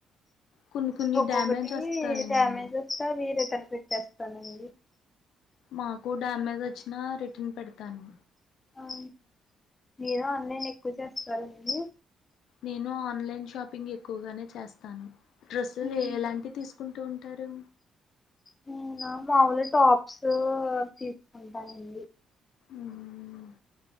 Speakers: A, on the left; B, on the left.
A: కొన్ని కొన్ని
B: ఒక్కొక్కటి
A: డ్యామేజ్ వస్తాయని
B: డ్యామేజ్ వస్తాది <unintelligible> క్కన పెట్టేస్తానండి
A: మాకు డ్యామేజ్ వచ్చినా రిటర్న్ పెడతాను
B: అం మీరు ఆన్లైన్ ఎక్కువ చేస్ తరండి
A: నేను ఆన్లైన్ షాపింగ్ ఎక్కువగానే చేస్తాను డ్రెస్సులు
B: నేను
A: ఎలాంటి తీసుకుంటూన్ టరు
B: నేనా మాముూలు టాప్స్ అవి తీసుకుంటానండి
A: ఉమ్మ్